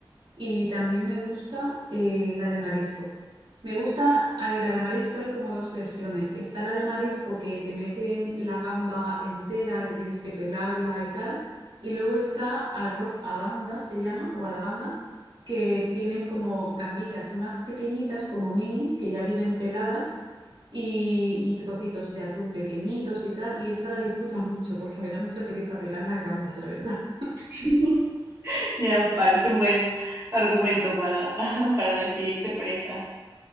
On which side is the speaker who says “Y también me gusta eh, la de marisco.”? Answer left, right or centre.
Right